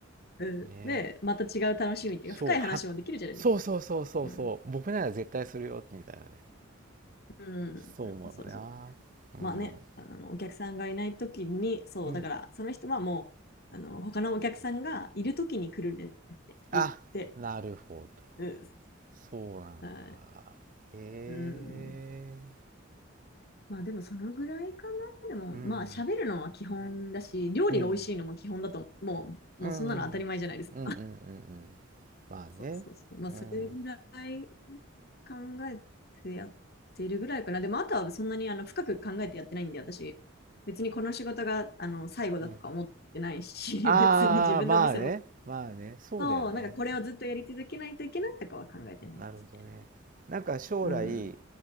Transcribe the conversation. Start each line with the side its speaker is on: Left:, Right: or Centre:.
Left: うんで、
Right: ねえ、
Left: また違う楽しみっていうか、
Right: そう、
Left: 深い話もできるじゃないですか。
Right: は、そうそうそうそうそう、
Left: うん。
Right: 僕なら絶対するよ、みたいなね。
Left: うん。
Right: そう思うな。
Left: そうそう。
Right: うん。
Left: まあね、あの、お客さんがいないときに、そう、
Right: うん。
Left: だから、その人はもう、あの、他のお客さんがいるときに来るねって言って、
Right: あ、なるほど。
Left: うん。
Right: そうなんだ。
Left: はい
Right: へえ。
Left: うん。まあでもそのぐらいかな。でもまあ喋るのは基本だし、
Right: うん。
Left: 料理が美味しいのも基本だと、
Right: うん。
Left: もう、
Right: うん。
Left: もうそんなの当たり前じゃないです
Right: うんうんうんうん。まあね。
Left: そうそうそう。まあ、
Right: うん。
Left: それぐらい考えてやってるぐらいかな。でも、あとはそんなにあの深く考えてやってないんで、私、別にこの仕事があの最後だとか思ってないし、
Right: うん。ああ、
Left: <laughs> 別に自分でお店持って
Right: まあね。まあね。そうだよね。
Left: そうなんかこれをずっとやり続けないといけないとかは考えてないんですね。
Right: うん、なるほどね。なんか将来、
Left: うん。